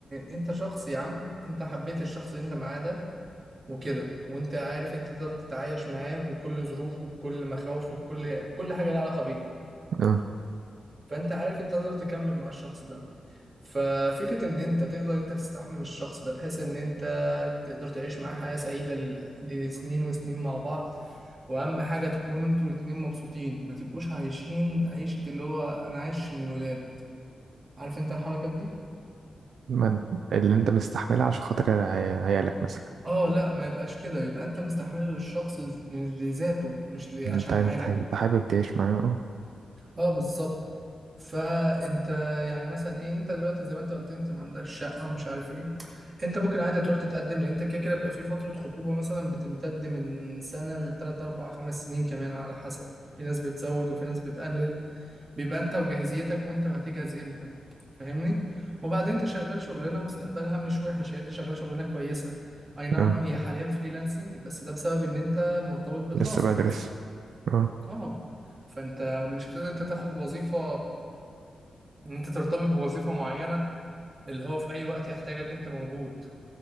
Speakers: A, on the right; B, on the right.
A: انت شخص يا عم انت حبيت الشخص اللي انت معاه ده وكده وانت عارف انت تقدر تتعايش معاه بكل ظروفه بكل مخاوفه بكل كل حاجة لها علاقة بيه
B: اه
A: فانت عارف انت تقدر تكمل مع الشخص ده ففكرة إن أنت تقدر أنت تستحمل الشخص ده بحيث إن أنت تقدر تعيش معاه حياة سعيدة ل- لسنين وسنين مع بعض وأهم حاجة تكونوا أنتوا الاتنين مبسوطين ما تبقوش عايشين عيشة اللي هو أنا عايش عشان الولاد عارف أنت الحركات دي؟
B: ما- انت- اللي انت مستحملها عشان خاطر عي- عيالك مثلا
A: اه لا ما يبقاش كده يبقى انت مستحمله للشخص ز- لذاته مش ل-
B: انت
A: عشان
B: انت
A: حاجة
B: انت حابب تعيش معايا اه
A: اه بالظبط فانت يعني مثلا ايه انت دلوقتي زي ما انت قلت انت ما عندكش شقة ومش عارف ايه انت ممكن عادي تروح تتقدم لان انت كده كده بيبقى في فترة خطوبة مثلا بتمتد من سنة لتلات اربع خمس سنين كمان على حسب في ناس بتزود وفي ناس بتقلل بيبقى انت وجاهزيتك وانت هتجهز امتى فاهمني وبعدين انت شغال شغلانة مستقبلها مش وحش يعني انت شغال شغلانة كويسة اي نعم
B: اه
A: هي حاليا فريلانسنج بس ده بسبب ان انت مرتبط بدراسة
B: لسه بدرس اه
A: اه فانت مش هتقدر انت تاخد وظيفة ان انت ترتبط بوظيفة معينة اللي هو في اي وقت يحتاجك انت موجود